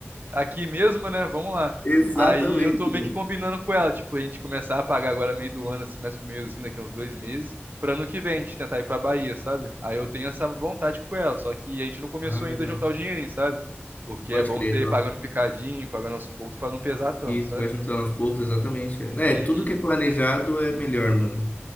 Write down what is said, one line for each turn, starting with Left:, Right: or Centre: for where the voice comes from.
Right: tá aqui mesmo, né? Vamos lá.
Left: exatamente,
Right: Aí eu tô meio
Left: mano.
Right: que combinando com ela, tipo, a gente começar a pagar agora meio do ano, assim, mais pro meiozinho, daqui a uns dois meses, pra ano que vem a gente tentar ir pra Bahia, sabe? Aí eu tenho essa vontade com ela, só que a gente não começou
Left: Ah,
Right: ainda
Left: legal.
Right: a juntar o dinheirinho, sabe? Porque
Left: Pode
Right: é bom
Left: crer,
Right: você
Left: tá.
Right: ir pagando picadinho, pagando aos poucos pra não pesar tanto,
Left: Isso,
Right: sabe?
Left: vai juntando aos poucos, exatamente. É,
Right: Uhum.
Left: tudo que é planejado é melhor, mano.